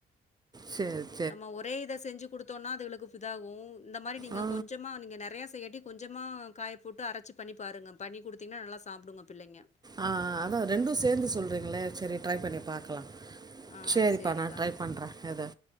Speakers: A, on the right; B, on the left.
A: சேரி
B: நம்ம ஒரே இத செஞ்சு குடுத்தோன்னா அதுகளுக்கு இதாகு இந்த மாறி நீங்க
A: ஆ
B: கொஞ்சமா நீங்க நெறையா செய்யாட்டி கொஞ்சமா காய போட்டு அரைச்சி பண்ணி பாருங்க பண்ணி குடுத்தீங்கன்னா நல்லா சாப்பிடுங்க பிள்ளைங்க
A: அ அ அதா ரெண்டு சேந்து சொல்றீங்களே செரி ட்ரை பண்ணி பாக்கலா
B: ஆ
A: சேரிப்பா
B: சரிக்கா.
A: நா ட்ரை பண்றே எத